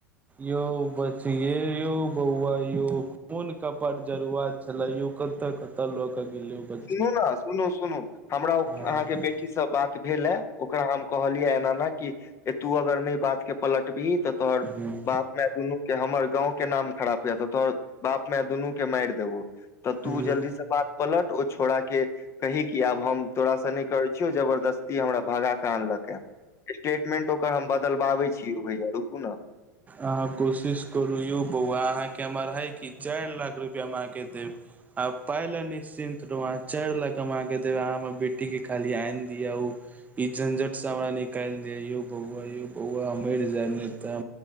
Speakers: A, on the right (about 15°); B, on the left (about 30°).
A: यौ बच ये यौ बौआ यौ मोनक कपरजरुआ छलए यौ। कतय- कतय लोक गिल्े उपर
B: सुनू ने सुनू-सुनू हमरा
A: हँ
B: अहाँके से बात भेल हे ओकरा हम कहलियै। एना ए ने क तू अगर नहि बात के पलटबही तऽ तोहर
A: हूँ
B: बापमे दुनू के हमर गांव के नाम खराब यऽ तऽ। तोहर बाप माय दुनू के मारि देबौ। तऽ तू
A: हूँ
B: जल्दी से बात पलट। छोड़ा के कही कि आब हम तोराासँ नहि करै छियौ। जबरदस्ती हमरा भगा कऽ आनलक ह। स्टेटमेंट ओकर हम बदलबाबै छीिय। ओ भैया रुकु ने
A: अहाँ कोशिश करू यौ बौआ अहाँके हमर अढ़ाई कि चाइर लाख रुपैया हम अहाँके देब। आ पाइ लए निश्चिन्त रहू अहाँ चारि लाख हम अहाँके देब। अहाँ हमर बेटीकेँ खाली आनि दिअ ओ। ई झंझट स हमरा निकाइल दिय यौ बऊआ यौ बऊआ हम मईर जेब नेइ ता।